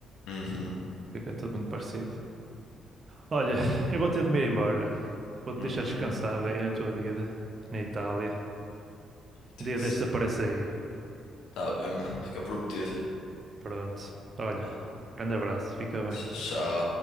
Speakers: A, on the left; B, on the right.
A: Uhum,
B: Fica tudo muito parecido. Olha, eu vou ter de me ir embora. Vou-te
A: uhum.
B: deixar descansada aí na tua vida, na Itália.
A: Tem
B: Um dia
A: que
B: destes
A: ser.
B: aparece aí.
A: Tá bem, mano. fica prometido.
B: Pronto. Olha,
A: Vá.
B: grande abraço. Fica bem.
A: Tchau.